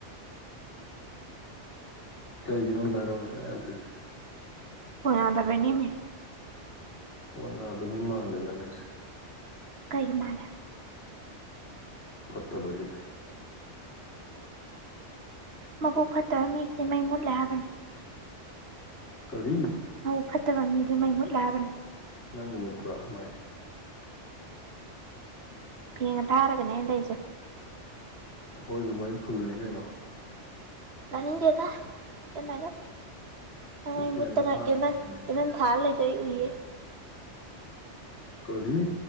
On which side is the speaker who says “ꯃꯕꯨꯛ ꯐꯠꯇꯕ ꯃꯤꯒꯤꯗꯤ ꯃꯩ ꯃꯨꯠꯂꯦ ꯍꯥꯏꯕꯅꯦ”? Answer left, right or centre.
Right